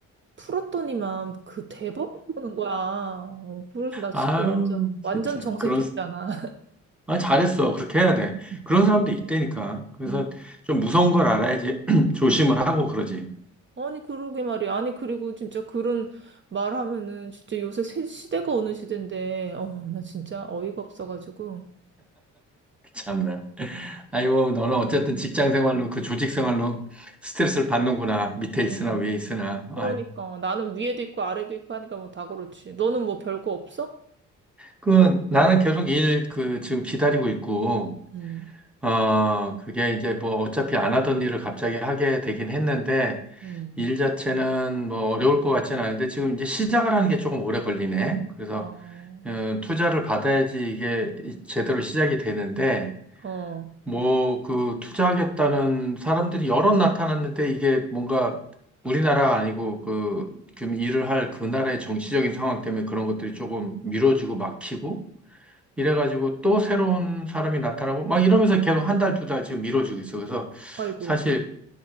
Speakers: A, on the right (about 40°); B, in the centre.
A: 풀었더니만 그 대박 그러는 거야. 어, 그래서 나 진짜
B: 아유,
A: 완전, 완전
B: 진짜.
A: 정색했잖아.
B: 그런, 아, 잘했어. 그렇게 해야 돼.
A: <laughs>
B: 그런 사람도 있다니까. 그래서
A: 음.
B: 좀 무서운 걸 알아야지 <clears throat> 조심을 하고 그러지.
A: 아니, 그러게 말이야. 아니, 그리고 진짜 그런 말 하면은 진짜 요새 새 시대가 어느 시대인데, 어, 나 진짜 어이가 없어가지고.
B: 참나. 아이고, 너는 어쨌든 직장 생활로, 그 조직 생활로 스트레스를 받는구나. 밑에
A: 음.
B: 있으나 위에 있으나.
A: 그러니까.
B: 아유.
A: 나는 위에도 있고 아래도 있고 하니까 뭐 다 그렇지. 너는 뭐 별 거 없어?
B: 그, 나는 계속 일, 그, 지금 기다리고 있고,
A: 음,
B: 어, 그게 이제 뭐 어차피 안 하던 일을 갑자기 하게 되긴 했는데,
A: 음.
B: 일 자체는 뭐 어려울 것 같지는 않은데 지금 이제 시작을 하는 게 조금 오래 걸리네. 그래서
A: 어,
B: 어, 투자를 받아야지 이게 이- 제대로 시작이 되는데,
A: 어,
B: 뭐, 그, 투자하겠다는 사람들이 여럿 나타났는데, 이게 뭔가 우리나라 아니고, 그, 지금 일을 할 그 나라의 정치적인 상황 때문에 그런 것들이 조금 미뤄지고 막히고, 이래가지고 또 새로운 사람이 나타나고, 막 이러면서 계속 한 달, 두 달 지금 미뤄지고 있어. 그래서
A: 아이고,
B: 사실,